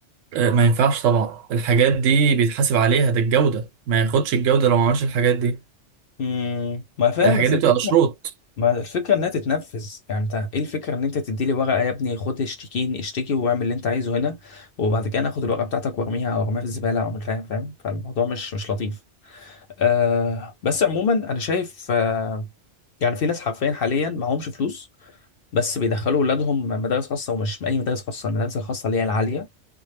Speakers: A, on the right; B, on the left.
A: آه، ما ينفعش طبعا الحاجات دي بيتحاسب عليها ده الجوده ما ياخدش الجوده لو ما عملش الحاجات دي
B: مم، ما فاهم
A: الحاجات
B: بس
A: دي
B: الفكره
A: بتبقى شروط
B: ما الفكره انها تتنفذ يعني انت ايه الفكره ان انت تدي لي ورقه يا ابني خد اشتكيني اشتكي واعمل اللي انت عايزه هنا وبعد كده انا اخد الورقه بتاعتك وارميها او ارميها في الزباله او مش فاهم فاهم فالموضوع مش مش لطيف آه بس عموما انا شايف آه يعني في ناس حرفيا حاليا معهمش فلوس بس بيدخلوا اولادهم مدارس خاصه ومش اي مدارس خاصه المدارس الخاصه اللي هي العاليه